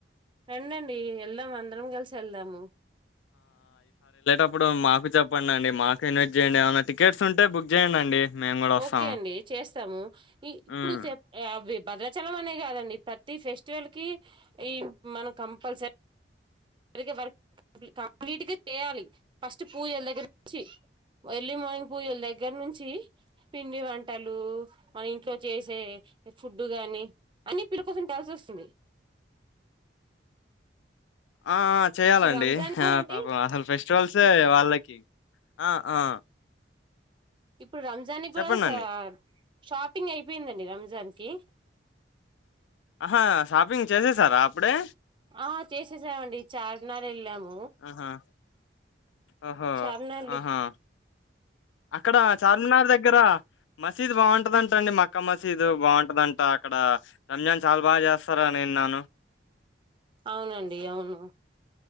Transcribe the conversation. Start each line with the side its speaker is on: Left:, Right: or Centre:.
Right: రండండి వెళ్దాం అందరం కలిసి వెళ్దాము
Left: ప్పుడు మాకు చెప్పండి అండి మాకు ఇన్వైట్ చేయండి ఏమనా టికెట్స్ ఉంటే బుక్ చేయండి అండి మేము కూడా వస్తాము
Right: ఓకే అండి చేస్తాము ఇప్పుడు
Left: మ్మ్
Right: చె భద్రాచలం అనే కాదండి ప్రతి ఫెస్టివల్కి ఈ మనం కంపల్సరీ సరిగ వర్క్ కంప్లీట్గా చేయాలి ఫస్ట్ పూజల దగ్గర నుంచి ఎర్లీ మార్నింగ్ పూజలు దగ్గర నుంచి పిండి వంటలు మన ఇంట్లో చేసే ఫుడ్డు గాని అన్ని పిల్ల కోసం కాల్సి వస్తుంది
Left: ఆ చేయ్యాలండి
Right: ఇప్పుడు రంజాన్ కూడా అండి
Left: పాప అసలు ఫెస్టివల్సే వాళ్ళకి ఆ ఆ
Right: ఇప్పుడు రంజాన్
Left: చెప్పండండి
Right: కూడా సా షాపింగ్ అయిపోయిందండి రంజాన్ కి
Left: అహా షాపింగ్ చేసేసారా అప్పుడే
Right: ఆ చేసేసామండి ఈ చార్మినార్ వెళ్ళాము
Left: ఆహా ఓహో
Right: చార్మినార్
Left: ఆహా అక్కడ చార్మినార్ దగ్గర మసీదు బాగుంటదంట అండి మక్కా మసీదు బాగుంటదంట అక్కడ రంజాన్ చాలా బాగా చేస్తారని విన్నాను
Right: అవునండి అవును